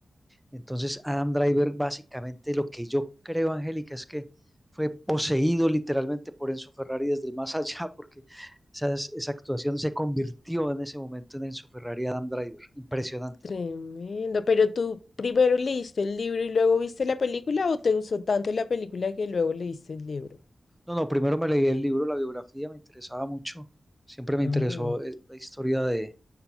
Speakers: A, in the centre; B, on the left (about 70°).
A: Entonces Adam Driver básicamente lo que yo creo, Angélica, es que fue poseído literalmente por Enzo Ferrari desde el más <laughs> allá, porque esa, esa actuación se convirtió en ese momento en Enzo Ferrari Adam Driver. Impresionante.
B: tremendo. Pero tú primero leíste el libro y luego viste la película o te gustó tanto la película que luego leíste el libro.
A: No, no, primero me leí el libro, la biografía, me interesaba mucho. Siempre me
B: Ah,
A: interesó eh, la historia de,